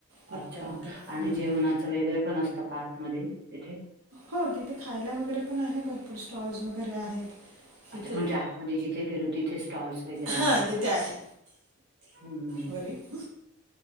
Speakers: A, on the right (about 85°); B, on the right (about 50°).
A: तिथपर्यंत
B: अच्छा आणि
A: हम्म.
B: जेवणाच वेगैर पण असतं का आतमध्ये तिथे
A: हो तिथे खायला वगैरे पण आहे भरपूर स्टॉल्स वगैरे आहेत. तिथे
B: अच्छा म्हणजे आतमध्ये जिथे फिरू तिथे स्टॉल्स वगैरे आहेत.
A: हा तिथे आहे.
B: हम्म.
A: बरे <inaudible>